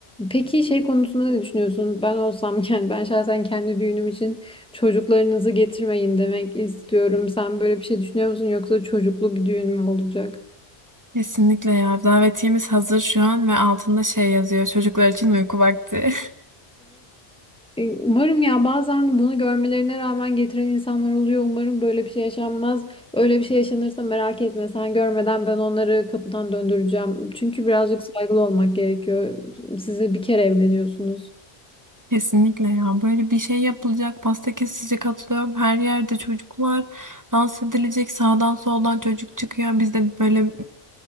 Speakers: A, in the centre; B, on the right (about 20°).
A: Peki şey konusunda ne düşünüyorsun? Ben olsam <laughs> yani ben şahsen kendi düğünüm için çocuklarınızı getirmeyin demek istiyorum. Sen böyle bir şey düşünüyor musun yoksa çocuklu bir düğün mü olacak?
B: Kesinlikle ya. Davetiyemiz hazır şu an ve altında şey yazıyor. Çocuklar için uyku vakti.
A: E, Umarım ya bazen bunu görmelerine rağmen getiren insanlar oluyor. Umarım böyle bir şey yaşanmaz. Öyle bir şey yaşanırsa merak etme. Sen görmeden ben onları kapıdan döndüreceğim. Çünkü birazcık saygılı olmak gerekiyor. Sizi bir kere evleniyorsunuz.
B: <laughs> Kesinlikle ya. Böyle bir şey yapılacak. Pasta kesilecek atılıyorum. Her yerde çocuklar dans edilecek. Sağdan soldan çocuk çıkıyor. Biz de böyle